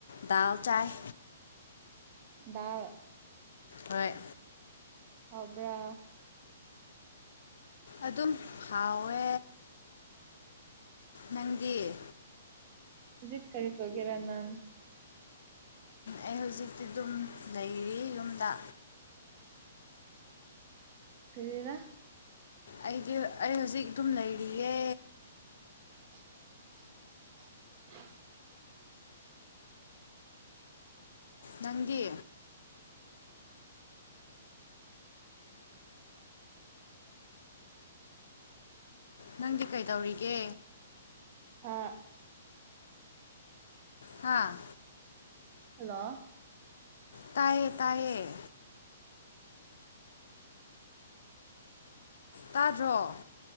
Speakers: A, on the left; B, on the right.
A: ꯗꯥꯜ ꯆꯥꯏꯌꯦ
B: ꯗ
A: ꯍꯣꯏ
B: ꯍꯕ꯭ꯔꯥ
A: ꯑꯗꯨꯝ ꯍꯥꯎꯋꯦ ꯅꯪꯗꯤ
B: ꯑ ꯖꯤꯠ ꯀ ꯇꯒꯦꯔ ꯅ
A: ꯑꯩ ꯍꯧꯖꯤꯛꯇꯤ ꯑꯗꯨꯝ ꯂꯩꯔꯤ ꯌꯨꯝꯗ꯫
B: ꯀꯔꯤꯗ
A: ꯑꯩꯗꯤ ꯑꯩ ꯍꯧꯖꯤꯛ ꯑꯗꯨꯝ ꯂꯩꯔꯤꯌꯦ
B: <unintelligible>
A: ꯅꯪꯒꯤ ꯅꯪꯗꯤ ꯀꯩꯗꯧꯔꯤꯒꯦ
B: ꯑ
A: ꯍꯥꯥ
B: ꯍꯜꯂꯣ
A: ꯇꯥꯏꯌꯦ ꯇꯥꯏꯌꯦ ꯇꯥꯗ꯭ꯔꯣ